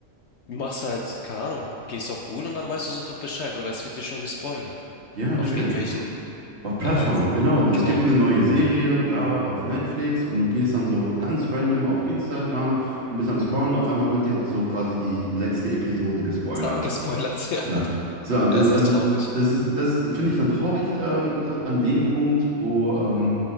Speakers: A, on the left (about 65°); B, on the right (about 50°).
A: machst du halt, keine Ahnung, gehst auf Google und dann weißt du sofort Bescheid oder es wird dir schon gespoilert.
B: ja,
A: Auf
B: richtig.
A: irgendwelchen,
B: Auf
A: äh,
B: Plattform, genau. Es
A: genau,
B: gibt eine neue Serie, bla, auf Netflix und du gehst dann so ganz random auf Instagram und bist am Scrollen. Auf einmal wird dir so quasi die letzte Episode gespoilert
A: zack, gespoilert, <laughs> ja.
B: Ja, so, das,
A: Er ist
B: also
A: echt traurig.
B: das ist, das finde ich dann traurig ähm, an dem Punkt, wo ähm,